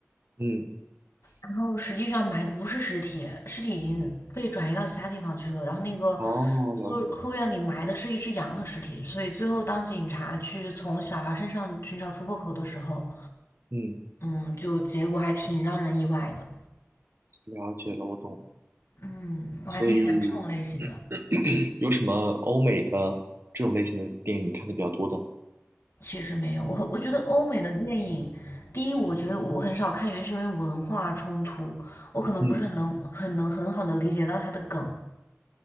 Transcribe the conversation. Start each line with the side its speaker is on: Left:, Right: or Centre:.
Right: 嗯，
Left: 然后实际上埋的不是尸体，尸体已经被转移到其他地方去了。然后那个
Right: 哦，
Left: 后后院里埋的是一只羊的尸体，
Right: 了解。
Left: 所以最后当警察去从小孩身上寻找突破口的时候，
Right: 嗯，
Left: 嗯，就结果还挺让人意外的。
Right: 了解了，我懂。
Left: 嗯，我还挺喜欢这种类型的。
Right: 所以 <clears throat> 有什么欧美的这种类型的电影你看的比较多的？
Left: 其实没有，我我觉得欧美的电影，第一，我觉得我很少看原因是因为文化冲突，我可能不是很能很能很好的理解到它的梗。
Right: 嗯，